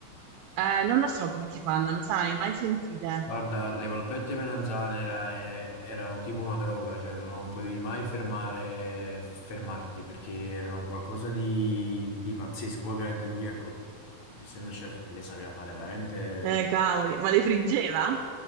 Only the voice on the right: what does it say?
Eh, non lo so come si fanno, lo sai, mai sentite?
Eh, cavoli, ma le friggeva?